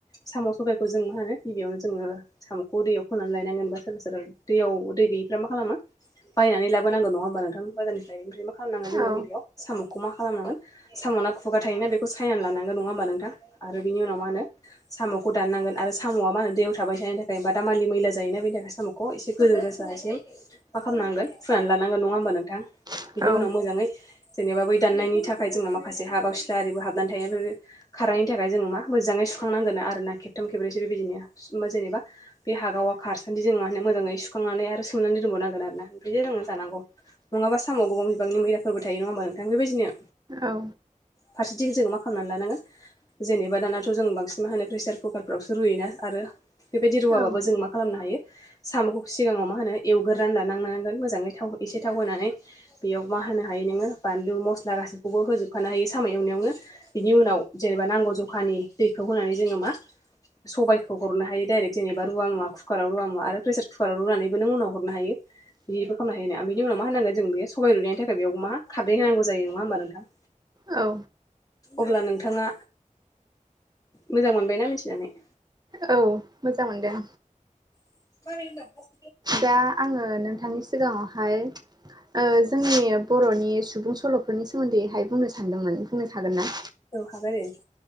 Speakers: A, on the left; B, on the right.
A: साम' सबायखौ जों मा होनो गिबियावनो जोङो साम'खौ दैयाव खननानै लायनांगोन बा सोरबा सोरबा दैयाव दै गैयिफ्रा मा खालामो बायनानै लाबोनांगौ नङा होमबा नोंथां बाजारनिफ्राय निफ्राय मा खालामनांगोन जोङो
B: औ
A: गिबियाव साम'खौ मा खालामनांगोन साम'ना खुगा थायोना बेखौ सायनानै लानांगोन नङा होमबा नोंथां? आरो बिनि उनाव मा होनो साम'खौ दाननांगोन आरो सा साम'आ मा होनो दैयाव थाबाय थानायनि थाखाय बादामालि मैला जायोना बेनि थाखाय साम'खौ एसे गोजों जासासिम मा खालामनांगोन फुनानै लानांगोन नङा होमबा नोंथां
B: औ
A: बिनि उनाव मोजाङै जेनेबा बै दाननायनि थाखाय जोंना माखासे हागाव सिलारिबो हाबनानै थायो ओमफ्राय खारनायनि थाखाय जोङो मा मोजाङै सुखांनांगोन आरोना खेबथाम खेबब्रैसो बिबायदिनो सुम जेनेबा बे हागाव खारसानदि जों मा होनो मोजाङै सु सुखांनानै आरो सोमनानै दोनबावनांगोन आरोना ओमफ्रायो जोङो जानांगौ। नङाबा सामुवाव गोबां बिबांनि मैलाफोरबो थायो नङा होमबा नों नोंथां बेबायदिनो।
B: औ।
A: फारसेथिं जोङो मा खालामनानै लानांगोन जेनेबा दानाथ' जों बांसिन मा होनो प्रेसार कुकारफ्रावसो रुयोना आरो बेबायदि
B: औ
A: रुवाबाबो जों मा खालामनो हायो साम'खौ सिगाङाव मा होनो एवगोरानै लानांनांगोन मोजाङै थाव एसे थाव होनोनानै बेयाव मा होनो हायो नोङो बानलु मस्ला गासैखौबो होजोबखानो हायो साम' एवनायावनो बिनि उनाव जेनेबा नांगौ जखानि दैखौ ज' होनानै जोंगो मा स'बाइखौ हरनो हायो दाइरेग जेनेबा रुआ मुवा कुकाराव रुआ मुवा आरो प्रेसार कुवाराव रुनानैबो नों उनाव हरनो हायो। बिदिबो खालामनोायो ना बिनि उाव मा होनांगोन जों बे सबाय रुनायनि थाखाय बेयाव मा खारदै होनांगौ जायो नङा होमबा नोंथां।
B: औ
A: अब्ला नोंथाङा मोजां मोनबायना मिथिनानै
B: औ मोजां मोनदों।
A: <unintelligible>
B: दा आङो नोंथांनि सिगाङावहाय ओ जोंनि बर'नि सुबुं सल'फोरनि सोमोन्दैहाय बुंनो सानदोंमोन बुंनो सागोनना?
A: औ हागोन दे